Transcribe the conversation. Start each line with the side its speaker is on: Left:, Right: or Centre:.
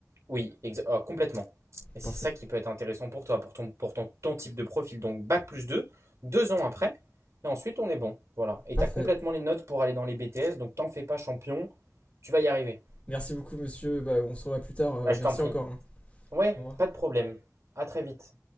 Right: oui, exa- euh, complètement. Et c'est
Left: Parfait,
Right: ça qui peut être intéressant pour toi, pour ton, pour ton, ton type de profil. Donc bac plus 2, deux ans après, et ensuite on est bon. Voilà. Et
Left: parfait.
Right: tu as complètement les notes pour aller dans les BTS, donc t'en fais pas champion, tu vas y arriver.
Left: Merci beaucoup, monsieur. Bah, on se revoit plus tard. Euh,
Right: Ah, je
Left: merci
Right: t'en prie.
Left: encore. hein.
Right: Ouais,
Left: Au revoir.
Right: pas de problème. À très vite.